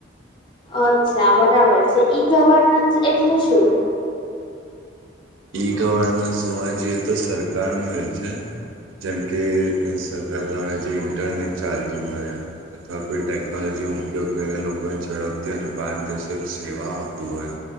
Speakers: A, on the left; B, on the right.
A: અચ્છા બરાબર છે ઈ ગવર્નન્સ એટલે શું
B: ઈ ગવર્નન્સ જોવા જઈએ તો સરકાર ન એ છે જેમ કે સરકાર દ્વારા જે ઇન્ટરનેટ ચાલતું હોય અથવા કોઈ ટેકનોલોજીનો ઉપયોગ કરીને લોકોને ઝડપથી અને પારદર્શક સેવા આપતું હોય